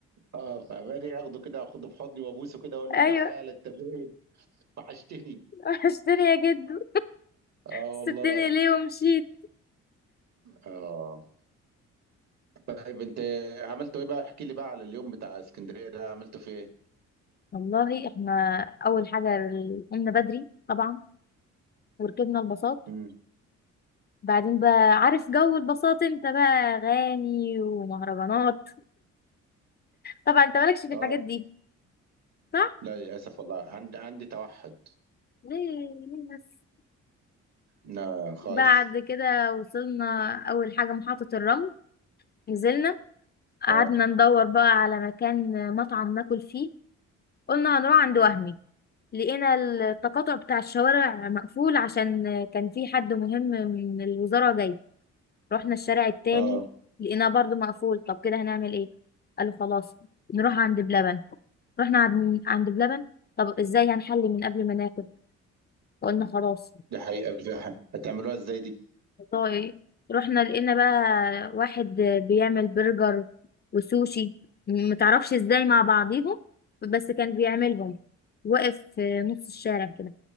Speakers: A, on the right; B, on the left.
A: اه فماني اخده كده اخده في حضني وابوسه كده اقول
B: ايوه
A: له تعالى انت فين وحشتني
B: <laughs> وحشتني يا جدو
A: اه
B: سبتني
A: والله
B: ليه ومشيت
A: اه طيب انت عملته ايه بقى احكي لي بقى على اليوم بتاع اسكندريه ده عملته في ايه
B: والله
A: مم.
B: احنا اول حاجه قمنا بدري طبعا وركبنا الباصات
A: امم
B: بعدين بقى عارف جو الباصات انت بقى اغاني ومهرجانات طبعا انت مالكش في
A: اه
B: الحاجات دي صح
A: لا للاسف والله عندي عندي توحد
B: ليه ليه بس
A: لا خالص
B: بعد كده وصلنا اول حاجه محطه الرمل نزلنا قعدنا
A: اه
B: ندور بقى على مكان مطعم ناكل فيه قلنا هنروح عند وهمي لقينا التقاطع بتاع الشوارع مقفول عشان كان في حد مهم من الوزاره جاي رحنا الشارع التاني
A: اه
B: لقيناه برضو مقفول طب كده هنعمل ايه قالوا خلاص نروح عند بلبن رحنا عند عند بلبن طب ازاي هنحل من قبل ما ناكل فقلنا خلاص
A: دي حقيقه فعلا. هتعملوها ازاي دي
B: والله رحنا لقينا بقى واحد بيعمل برجر وسوشي م- متعرفش ازاي مع بعضيهم بس كان بيعملهم وقف في نص الشارع كده